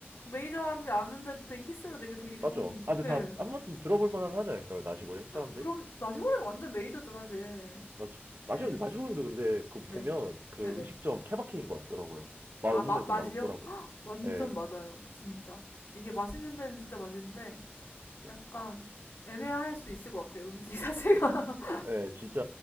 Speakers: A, on the left (about 85°); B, on the right (about 60°).
A: 메이저하지 않은데도 되게 키스로 되게 되게 좋은.
B: 맞죠? 아, 근데
A: 네.
B: 다 한 번쯤 들어볼 만한 하지 않을까요? 나시고래? 사람들?
A: 그럼 나시고랭 완전 메이저죠, 사실.
B: 맞죠. 나시고래,
A: 네.
B: 나시고래도 근데 그
A: 네.
B: 보면 그
A: 네네.
B: 음식점 케바케인 것 같더라고요. 맛없는데
A: 아, 마, 맛이요?
B: 또 맛없더라고요.
A: <gasps> 완전
B: 예.
A: 맞아요. 진짜. 이게 맛있는 데는 진짜 맛있는데
B: 네.
A: 약간 애매할 수 있을 것 같아요. 음식 자체가. <laughs>
B: 예, 진짜